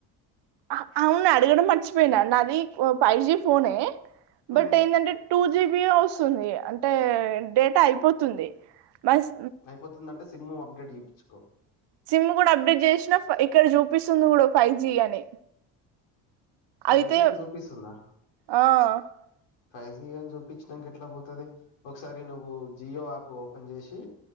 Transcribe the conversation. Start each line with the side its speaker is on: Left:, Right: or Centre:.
Right: ఆ అవును అడగడం మర్చిపోయినా నాది ఫైవ్ జి ఫోనే బట్
Left: ఉమ్
Right: ఎందంటే టూ జీబిఏ వస్తుంది అంటే డేటా అయిపోతుంది మస్
Left: అయిపోతుందంటే సిమ్ అప్డేట్ చెపిచుకో
Right: సిమ్ కూడా అప్డేట్ చేసినా ఇక్కడ చూపిస్తుంది కూడా ఫైవ్ జి అని
Left: ఫైవ్
Right: అయితే
Left: జి అని చూపిస్తుందా
Right: ఆ
Left: ఫైవ్ జి అని చూపించినాక ఎట్లా పోతది ఒకసారి నువ్వు జియో యాప్ ఓపెన్ చేసి